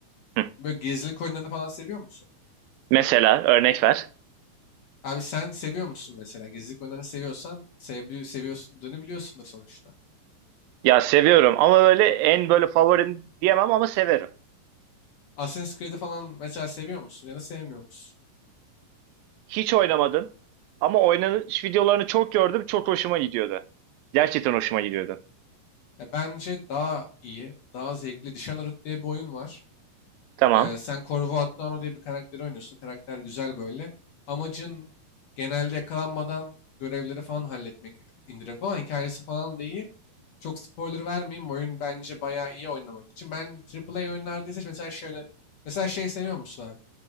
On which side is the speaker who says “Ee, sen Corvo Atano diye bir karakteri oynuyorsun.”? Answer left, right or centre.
Left